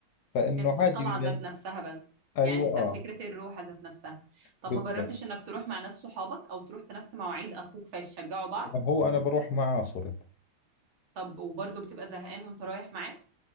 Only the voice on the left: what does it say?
فانه
عادي بدي
ايوه
اه
بالضبط
ما هو انا بروح معاه صرت